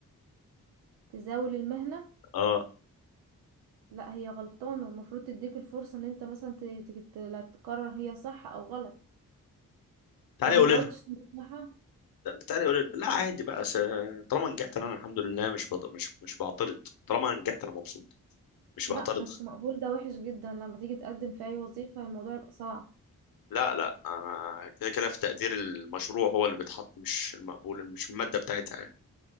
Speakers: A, on the right; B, on the left.
A: تزاول المهنه
B: اه
A: لا هي غلطانه المفروض تديك الفرصه ان انت مثلا ت- ت- ت- لا تقرر هي صح او غلط
B: تعالي
A: طب ما
B: قولي
A: حاولتش
B: لها
A: تنصحها
B: تعالي قولي لها لا عادي بقى س... طالما نجحت انا الحمد لله مش بط... مش مش بعترض طالما نجحت انا مبسوط مش بعترض
A: لا بس مقبول ده وحش جدا لما تيجي تقدم في اي وظيفة الموضوع يبقى صعب
B: لا لا انا كده كده في تقدير المشروع هو اللي بيتحط مش المقبول مش الماده بتاعتها يعني